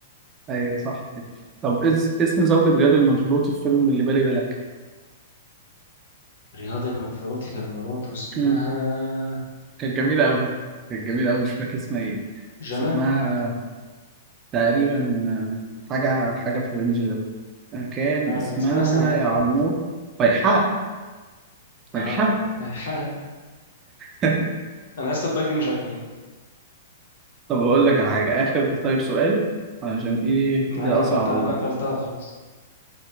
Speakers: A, on the right; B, on the left.
A: ايوه صح كده طب اس... اسم زوجة رياض المنفلوطي في فيلم اللي بالي بالك
B: رياض المنفلوطي كان مراته اسمها
A: مم. كانت جميلة أوي كانت جميلة أوي مش فاكر اسمها ايه
B: جنى
A: بس اسمها تقريبا آه، حاجة حاجة في الرينج ده آه، كان
B: لا
A: اسمها
B: كان اسمها سناء
A: يا عمور فيحاء فيحاء
B: اه <laughs>
A: <laughs>
B: انا لسه الباك دي مش عاجباني
A: طب أقول لك على حاجة آخر طيب سؤال علشان ايه
B: انا
A: ده
B: قفلتها
A: أصلا على الله
B: انا قفلتها خلاص